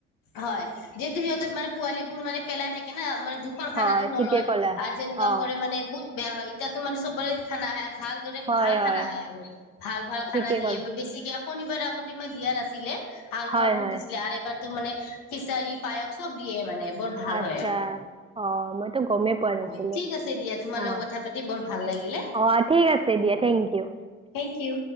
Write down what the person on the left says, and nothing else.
হয় যিহেতু সিহঁতৰ মানে পোৱালী বোৰ মানে পেলাই থাকে ন মানে জো ৰ
খানাটো
নলয়
আৰু যেনেকুৱা
কৰে মানে বহুত বেয়া হয় এতিয়াতো মানে চবৰে খানা আহে। ভালদৰে
ভাল
খানা আহে আৰু ভাল ভাল খানা
দিয়ে
বা বেছিকে শনিবাৰে আগতে ইমান দিয়া নাছিলে হালোৱা,
আৰু এবাৰতো মানে খিচাৰী, পায়স চব দিয়ে মানে। বৰ ভাল
হয় আৰু,
হয় ঠিক আছে দিয়া তোমাৰ লগত
কথা পাতি বৰ ভাল লাগিলে।
Thank U.